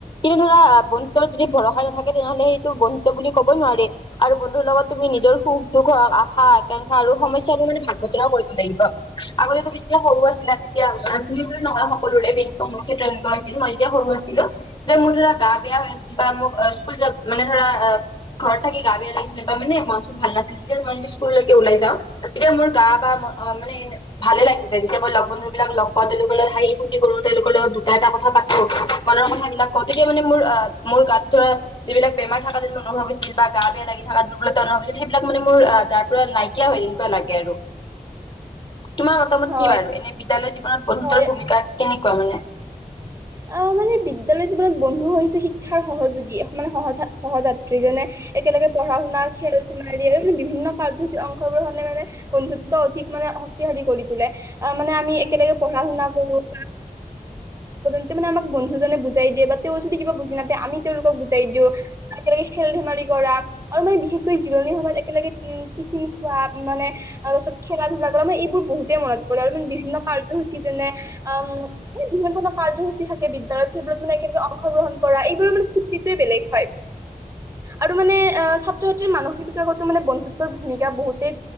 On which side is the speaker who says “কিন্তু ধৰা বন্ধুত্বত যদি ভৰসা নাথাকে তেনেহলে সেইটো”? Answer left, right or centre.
Left